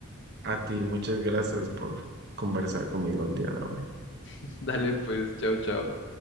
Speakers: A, on the right; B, on the left.
A: A ti, muchas gracias por conversar conmigo el día de hoy.
B: <laughs> Dale, pues, chao, chao.